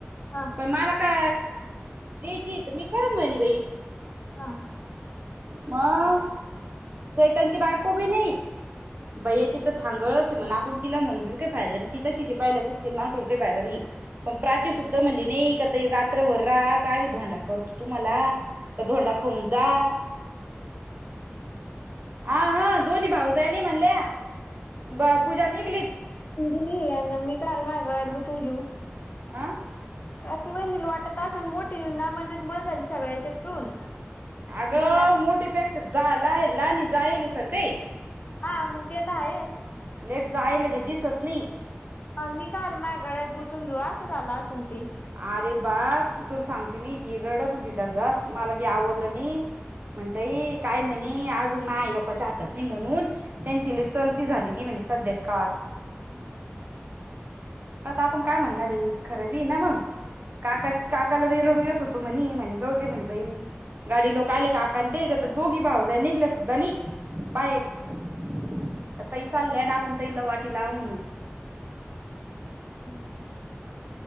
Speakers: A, on the left; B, on the right.
A: हा
B: पण मला का द्यायची मी करून म्हली बाई
A: हा.
B: मग चैतनची बायको बी नाही भैयाची तर थांगळच म्हण आपण तिला म्हणूी काही फायदा नाही तिथं शिजे पाहिल्या प तिला नाटून काही फायदा नाही पण प्राची सुद्धा म्हणली नाही का त रात्रभर राहा काय मी धोंडा करतो तुम्हाला का ोंडा खाऊन जा आ हा दोन्ही भाऊजनी म्हणल्या पूजा निघली
A: गेली मी काल महागात गु तून घेऊ
B: आ
A: अ व वाटत तास आणि मोठीे ना म्हणजे मुळ झाली सगळ्या याच्यातून
B: अगं
A: धोंडा
B: मोठी पेक्षा जा लणी जायल सण ते
A: हा मग ते तर आहे
B: ल जायल ते दिसत नाही
A: ह मी का आल माय गळ्यात गुंतथून घेऊ असं झालं असल ते
B: अरे बाप तुला सांगते मी इथे रडत होती डसस मला बी आवरडलं नाही म्हणताई काय म्हणे आज अून आई बा्च्या हात नाही म्हणून त्यांची चलती झालेली म्हणजे सध्याच्या काळात
A: हम्
B: आता आपण काय म्हणणारे खरबी ना मंग काका काकाला वेरडू येत होतो म्हणे म्हणे जाऊ दे म्हणे बाई गाडी लोक आले काक ते तर दोघी भाव जा निघल्या सुद्धा नि बाहेर काताही चालय ना आपण तही ल वाटी ला म्हणून
A: हम्म